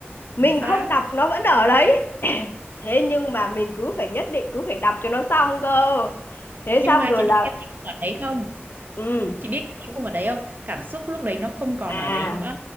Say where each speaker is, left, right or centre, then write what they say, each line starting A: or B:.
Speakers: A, on the left; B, on the right.
A: mình
B: chính xác
A: không đọc nó vẫn ở đấy <clears throat> thế nhưng mà mình cứ phải nhất định cứ phải đọc cho nó xong cơ thế
B: nhưng
A: xong
B: mà
A: rồi
B: chị
A: là
B: biết em không ở đấy không
A: ừ
B: chị biết em không ở đấy không cảm xúc lúc đấy nó không còn
A: à
B: ở đấy nữa